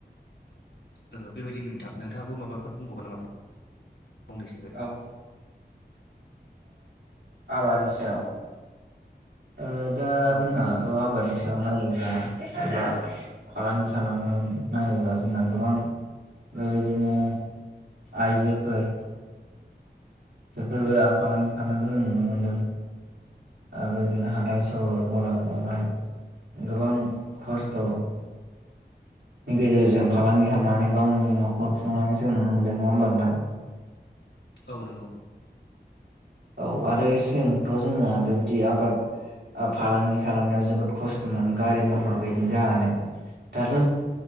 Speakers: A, on the left (about 85°); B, on the right (about 80°).
A: ओ बेबायदिनो थां नोंथाङाबो माबाफोर बुंबावगोन नामा फंनैसो
B: औ ओ आबादनि सायाव। ओ दा
A: औ
B: जोंनाथ'
A: नोंथां
B: आबादनि सायाव नायोब्ला दा फालांगि खालामनो नायोब्ला जोंना गोबां ओमफ्राय इदिनो आइजोफोर <unintelligible> फालांगि खालामनायखौ जों नुनो मोन्दों। आरो जोङो हाथाइ सहर गलाफ्रावहाय गोबां खस्थ' नि गेजेरजों फालांगि खामनानै गावनि न'खर खुंनायखौ जों नुनो मोन्दों नङा होमबा नोंथां
A: औ नंगौ।
B: औ आरो सिगांथ' जोंना बेबायदि आबाद ओ फालांगि खालामनायाव जोबोद खस्थ'मोन गारि मथर गैयि जानानै दाथ'